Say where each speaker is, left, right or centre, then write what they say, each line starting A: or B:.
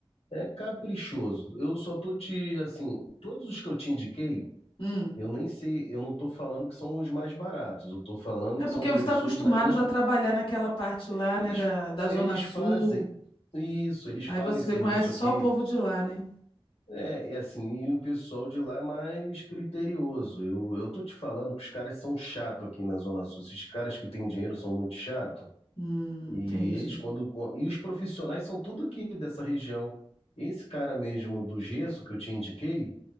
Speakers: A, on the left; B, on the left.
A: É caprichoso. Eu só tô te, assim, todos os que eu te indiquei,
B: Hum.
A: Eu nem sei, eu não estou falando que são os mais baratos, eu estou falando
B: É
A: que
B: porque
A: são pessoas
B: você está acostumado
A: da minha.
B: já a trabalhar naquela parte lá,
A: É que
B: né,
A: eles,
B: da, da Zona
A: eles
B: Sul.
A: fazem isso, eles
B: Aí
A: fazem
B: você
A: serviço
B: conhece
A: aqui.
B: só o povo de lá, né?
A: É, e assim, e o pessoal de lá é mais criterioso. Eu, eu tô te falando que os caras são chato aqui na Zona Sul. Esses caras que têm dinheiro são muito chato.
B: Hum,
A: E
B: entendi.
A: eles, quando. E os profissionais são tudo aqui dessa região. Esse cara mesmo do gesso que eu te indiquei,